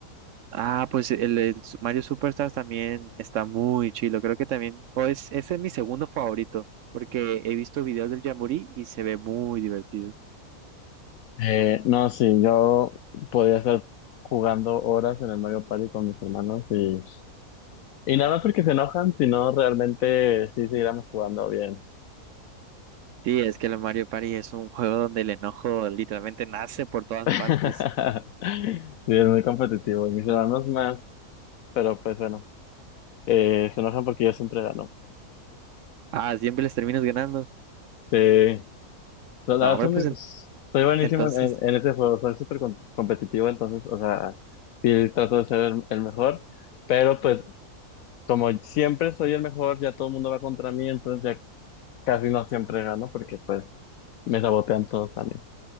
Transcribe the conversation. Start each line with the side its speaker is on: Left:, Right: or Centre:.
Right: Ah, pues el, el Su- Mario Superstars también está muy chido. Creo que también, o es, ese es mi segundo favorito, porque he visto videos del Jamboree y se ve muy divertido.
Left: Eh, no, sí, yo podría estar jugando horas en el Mario Party con mis hermanos y, y nada más porque se enojan, sino realmente sí seguiríamos jugando bien.
Right: Sí, es que el Mario Party es un juego donde el enojo literalmente nace por todas
Left: <laughs>
Right: partes.
Left: Sí, es muy competitivo y mis hermanos más, pero pues bueno, eh, se enojan porque yo siempre gano.
Right: Ah, siempre les terminas ganando.
Left: Eh, la la
Right: No,
Left: verdad
Right: hombre,
Left: soy,
Right: pues
Left: muy-
Right: en-
Left: soy buenísimo
Right: entonces,
Left: en, en ese juego, soy súper com- competitivo, entonces, o sea, sí trato de ser el, el mejor, pero pues como siempre soy el mejor, ya todo el mundo va contra mí, entonces Casi no siempre gano porque pues me sabotean todos también.